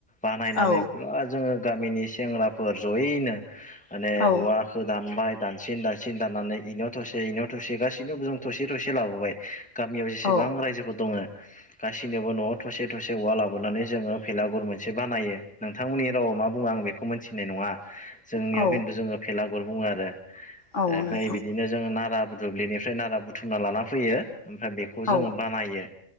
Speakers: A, in the centre; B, on the left.
A: बानायनानै
B: औ
A: बिराद जोङो गामिनि सेंग्राफोर ज'यैनो माने
B: औ
A: दानबाय दानसिन दानसिन दाननानै इनाव थसे इनाव थसे गासैनावबो जों थसे थसे लाबोबाय गामियाव जेसेबां
B: औ
A: रायजोफोर दङो? गासिनोबो न'आव थसे थसे औवा लाबोनानै जोङो भेलागुर मोनसे बानायो नोंथांमोननि रावाव मा बुङो आं बेखौ मोनथिनाय नङा। जोंनियाव
B: औ
A: खिन्थु जोङो भेलागुर बुङो आरो
B: औ
A: ओमफाय
B: नोंथां
A: बिदिनो जोंङो नारा बुदु दुब्लिनिफ्राय नारा बुथुमना लाना फैयो। ओमफ्राय बेखौ
B: औ
A: जोङो बानायो